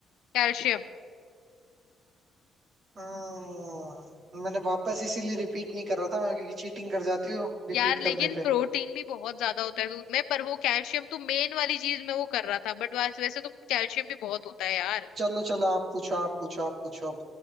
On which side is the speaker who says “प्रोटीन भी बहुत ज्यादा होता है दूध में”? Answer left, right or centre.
Left